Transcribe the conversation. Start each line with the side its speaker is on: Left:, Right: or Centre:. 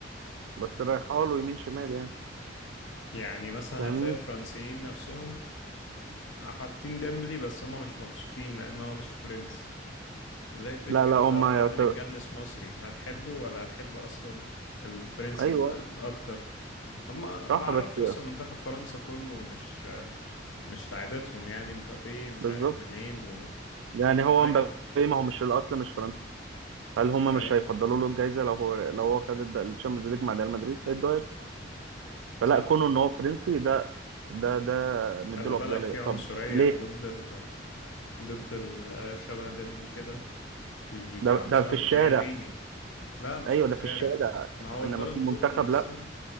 Right: بس رايحة له يمين شمال يعني
Left: يعني مثلا
Right: فاهمني؟
Left: هتلاقي الفرنسيين نفسهم حاطين ديمبلي بس هما مش مبسوطين لأن هو مش فرنسي زي فكرة
Right: لا لا هم
Left: لو حد
Right: يعت...
Left: متجنس مصري هتحبه ولا هتحب أصلا الفرنسي
Right: أيوه
Left: ال- الأكتر أما ما
Right: صح
Left: أعرفش
Right: بس
Left: أصلا منتخب فرنسا كله مش مش لعيبتهم يعني مبابي مش
Right: بالظبط
Left: عارف منين و
Right: يعني هو
Left: أي
Right: مبابي ما هو مش الأصل مش فرنسي هل هم
Left: أي
Right: مش هيفضلوا له الجايزة لو هو لو هو خد الشامبيونز ليج مع ريال مدريد هيدوها له. فلا
Left: صح
Right: كونه إن هو فرنسي ده ده ده مديله
Left: خلي بالك
Right: أفضلية
Left: في عنصرية
Right: طب ليه؟
Left: ضد ال... ضد ال... شبه ديمبلي كده بي بيعنصروا
Right: ده ده في الشارع
Left: زي فيني لا مش
Right: ايوه
Left: في الشارع
Right: ده في الشارع
Left: ما هو
Right: انما
Left: البالون
Right: في المنتخب
Left: دور دي اصلا
Right: لا